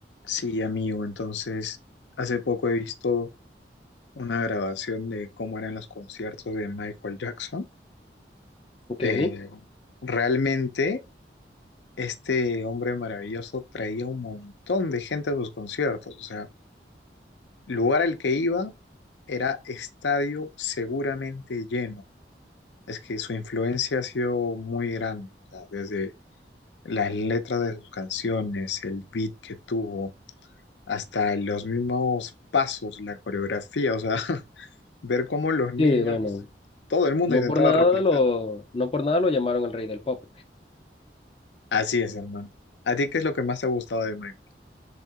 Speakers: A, on the left; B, on the left.
A: Sí, amigo, entonces hace poco he visto una grabación de cómo eran los conciertos de Michael Jackson.
B: Ok.
A: Eh, realmente este hombre maravilloso traía un montón de gente a sus conciertos, o sea, lugar al que iba era estadio seguramente lleno. Es que su influencia ha sido muy grande, o sea, desde las letras de sus canciones, el beat que tuvo, hasta los mismos pasos, la coreografía, o sea. <laughs> ver cómo los niños,
B: Sí, bueno,
A: todo el mundo
B: no
A: intentaba
B: por nada
A: replicar.
B: lo, no por nada lo llamaron el rey del pop.
A: Así es, hermano. ¿A ti qué es lo que más te ha gustado de Minecraft?